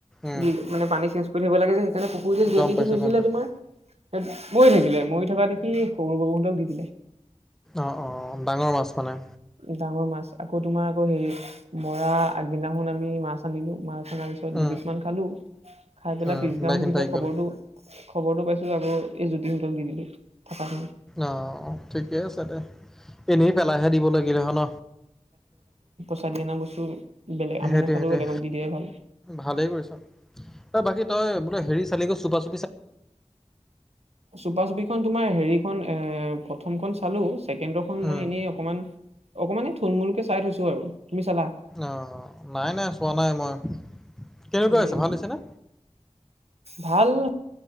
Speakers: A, in the centre; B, on the right.
A: উম।
B: য মানে পানী চেঞ্জ কৰি থাকিব লাগ যে, সেইকাৰণে পুখুৰীতে জিৰণি
A: গম পাইছোঁ
B: দি থৈছিলে
A: গম পাইছোঁ।
B: তোমাৰ। মৰি থাকিলে। মৰি থকা দেখি সৰু বাপুহঁতক দি দিলে।
A: অ', অ, ডাঙৰ মাছ মানে?
B: ডাঙৰ মাছ আকৌ তোমাৰ আকৌ হেৰি মৰা আগদিনাখন আমি মাছ আনিলো। মাছ আনাৰ পিছত
A: উম
B: দুপিছ মান খালো। খাই পেলাই
A: উম
B: পিছদিনাখন
A: দাইখিনি
B: যেতিয়া
A: থাকি
B: খবৰটো-খবৰটো
A: গ'ল।
B: পাইছো। এই আকৌ এই জোতি হতক দি দিলো। থকাখিনি
A: অ', ঠিকে আছে দে। এনেই পেলাইহে দিব লাগিলে হয় ন।
B: চাৰি অনা বস্তু বেলেগ আমি
A: সেইটো
B: নাখালেও
A: সেইটোৱে
B: বেলেগক দি দিয়াই ভাল
A: ভালেই কৰিছ। ঐ তই বাকী তই বোলে হেৰি <unintelligible>
B: চুপা চুপিখন তোমাৰ হেৰিখন এ প্ৰথমখন চালো ছেকেণ্ডৰখন
A: উম
B: মই এনেই অকণমান-অকণমানে থুলমুলকে চাই থৈছো আৰু তুমি চালা?
A: অ', নাই নাই চোৱা নাই মই। কেনেকুৱা
B: উম,
A: হৈছে ভাল হৈছে নে
B: ভাল